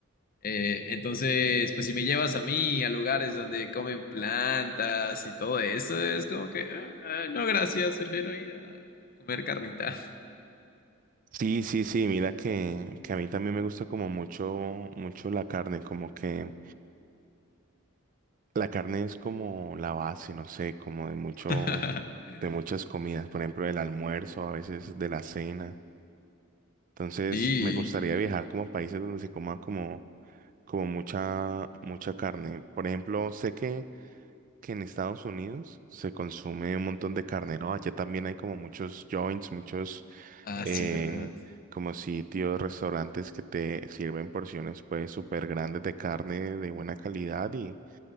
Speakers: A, on the left; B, on the right.
A: Eh, entonces, pues si me llevas a mí a lugares donde comen plantas y todo eso, es como que, "Ah, no, gracias, prefiero ir a comer carnita.
B: Sí, sí, sí, mira que, que a mí también me gusta como mucho, mucho la carne, como que la carne es como la base, no sé, como de mucho,
A: <laughs>
B: de muchas comidas, por ejemplo, del almuerzo, a veces de la cena. Entonces,
A: Sí,
B: me gustaría viajar como a países donde se coman como como mucha, mucha carne. Por ejemplo, sé que, que en Estados Unidos se consume un montón de carne, ¿no? Allá también hay como muchos joints, muchos
A: ah,
B: eh,
A: sí, es verdad.
B: como sitios, restaurantes que te sirven porciones pues súper grandes de carne de buena calidad y,